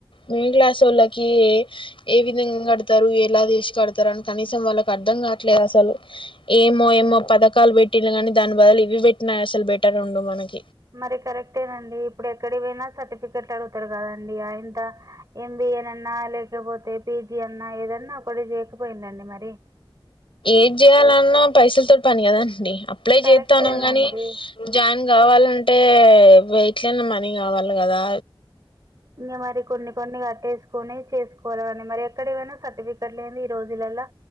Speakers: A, on the left (about 70°); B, on the right (about 40°).
A: మిడిల్ క్లాసోళ్ళకి ఏ విధంగా కడుతారు ఎలా చేసి కడుతారు అని కనీసం వాళ్ళకి అర్ధం కాట్లేదు అసలు ఏమో ఏమో పథకాలు పెట్టిండు కాని దాని బదులు ఇవి పెట్టినా అసలు బెటరుండు మనకి
B: మరి కరెక్టేనండి ఇప్పుడు ఎక్కడి పోయినా సర్టిఫికెట్ అడుగుతరు కదండి ఆయింత ఎంబి ఎ అన్న లేకపోతే పిజీ అన్నా ఏదన్నా ఒకటి చేయకపోయిందండి మరి
A: ఏంద్ చేయాలన్నా పైసలతోట్ పని కదండి అప్లై
B: కరెక్టేనండి
A: చేత్తన్నం గానీ జాయిన్ కావాలంటే గో ఎటైన మనీ కావాలి కదా
B: ఇంగ మరి కొన్ని కొన్ని కట్టేసుకుని చేసుకోవాలగని మరి ఎక్కడికి పోయిన సర్టిఫికెట్ లేనిది ఈ రోజులల్లా